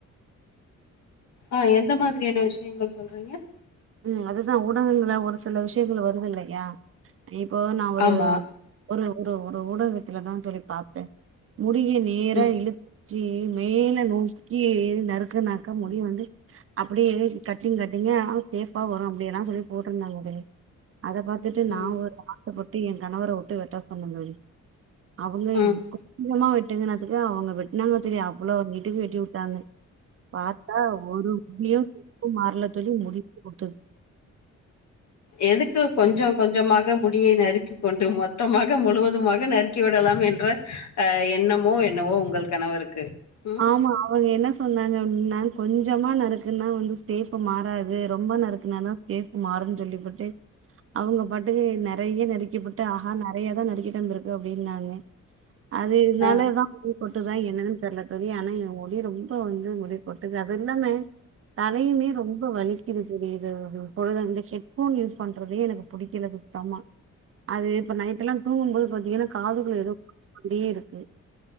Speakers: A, on the left (about 65°); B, on the right (about 50°).
A: அஹ் எந்த மாதிரியான விஷயங்கள் சொல்றீங்க
B: ம் அதுதான் ஊடகங்களல ஒரு சில விஷயங்கள் வருது இல்லையா இப்போ நான் ஒரு
A: ஆமா
B: ஒரு ஒரு ஒரு ஊடகத்துல தான் தோழி பார்த்தேன் முடிய நேரா
A: ம்
B: இழு ப்டி மேல நோக்கி நறுக்குனாக்கா முடி வந்து அப்படியே கட்டிங் கட்டிங்கா சேஃபா வரும் அப்டியெல்லாம் சொல்லி போட்டிருந்தாங்க உங்களே அதை பாத்துட்டு நான்
A: ம்
B: ஒரு ஆசைப்பட்டு எங்க கணவர உட்டு வெட்ட சொன்னந் <unintelligible> அவங்க
A: ம்
B: கொஞ்சமா விங்கனாதுக்கு அவங்க வெட்டினாங்க திரீ அவ்ளோ நீட்டுக்குவெட்டி உட்டாங்க பாத்தா ஒரு முடியும் சப்பு மாறல சொல்லி முடிச்ச
A: எதுக்கு கொஞ்சம் கொஞ்சமாக முடிய நறுக்கி கொண்டு மொத்தமாக முழுவதுமாக நறுக்கி விடலாம் என்ற அஹ் எண்ணமோ என்னவோ உங்கள் கணவருக்கு ம்
B: ஆமா அவக என்ன சொன்னாங்க ஒன்ன கொஞ்சமா நறுக்குன்னா வந்து சேப்ப மாறாது ரொம்ப நறுக்குனாதான் சேப்பு மாறன்னு சொல்லிபுட்டு அவங்க பாட்டு நிறைய நறுக்கப்புட்டு அஹா நிறைய தான் நறுக்கட்ட இருக்கு அப்படின்னாங்க அது இதனாலதான்
A: ஆ
B: உ போட்டுதான் என்னன்னு தெரல ரிய ஆனா என் முடி ரொம்ப வந்து முடி கொட்டுது அது இல்லாமே தலையுமே ரொம்ப வலிக்குது தெரியது பொழுத ஹெட்போன் யூஸ் பண்றதே எனக்கு பிடிக்கல சுத்தமா அது இப்ப நைட்டலாம் தூங்கும் போது ஏன்னா காதுகள் <unintelligible>